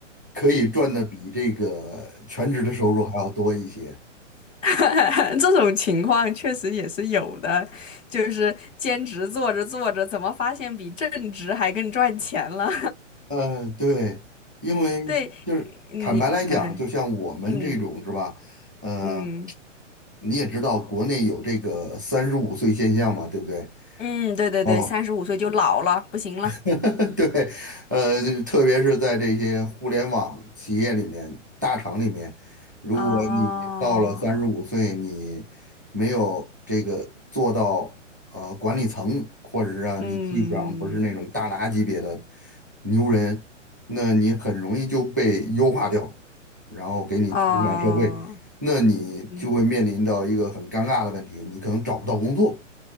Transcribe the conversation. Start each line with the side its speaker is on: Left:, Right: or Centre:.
Right: 可以赚的比这个全职的收入还要多一些。
Left: <laughs> 这种情况确实也是有的，就是兼职做着做着，怎么发现比正职还更赚钱了？
Right: 嗯，对，因为就是坦白来讲，
Left: <laughs> 对，你嗯
Right: 就像我们这种是吧？
Left: 嗯
Right: 呃，
Left: 嗯
Right: 你也知道国内有这个三十五岁现象嘛，对不对？
Left: 嗯，对对对，
Right: 哦，
Left: 三十五岁就老了，不行了。
Right: <laughs> 对，呃，特别是在这些互联网企业里面、大厂里面，如果你到了三十五岁，
Left: 哦，
Right: 你没有这个做到呃管理层，或者是啊你技术上不是那种大拿级别的
Left: 嗯，
Right: 牛人，那你很容易就被优化掉，然后给你推向社会，
Left: 哦，
Right: 那你就会面临到一个很尴尬的问题，
Left: 嗯
Right: 你可能找不到工作，